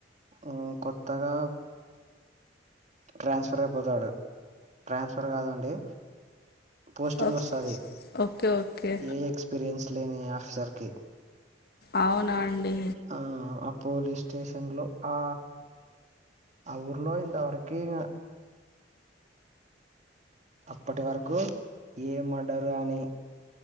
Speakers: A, on the right; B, on the left.
A: ఆ కొత్తగా ట్రాన్స్ఫర్ అయిపోతాడు ట్రాన్స్ఫర్ కాదండి పోస్టింగ్
B: ఓ
A: వస్తాది
B: ఓకే ఓకే
A: ఏ ఎక్స్పీరియన్స్ లేని ఆఫీసర్ కి
B: అవునా అండి
A: ఆ అ పోలీస్ స్టేషన్ లో ఆ ఆ ఊర్లో ఇంతవరకు కి ఇంగ అప్పటి వరకు ఏ మర్డర్ గాని